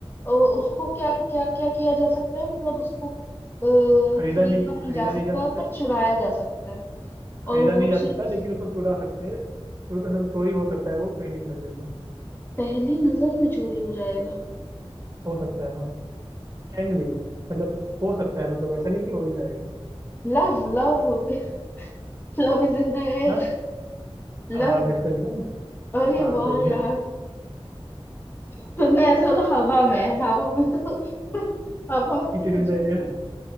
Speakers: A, on the left (about 20°); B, on the right (about 30°).
A: अ, उसको क्या क्या क्या किया जा सकता है मतलब उसको अ,
B: खरीदा
A: खरीदा
B: नहीं
A: नहीं
B: खरीदा
A: जा
B: नहीं
A: सकता
B: जा सकता
A: पर चुराया जा सकता है
B: खरीदा
A: और वो
B: नहीं जा
A: चीज
B: सकता लेकिन उसको चुरा सकते हैं चो- मतलब चोरी हो सकता है वो पहली नजर में
A: पहली नजर में चोरी हो जाएगा
B: हो सकता है हाँ कैन भी मतलब हो सकता है मतलब ऐसा नहीं कि हो ही जाएगा
A: Love love <laughs> Love is in the air
B: हाँ हाँ
A: Love
B: बिल्कुल सही
A: अरे
B: हाँ
A: वाह
B: सही
A: यार
B: है
A: तुमने ऐसे बोला हवा में है। हवा में तो <laughs> हवा में
B: It
A: तो
B: is
A: कुछ
B: in the
A: भी
B: air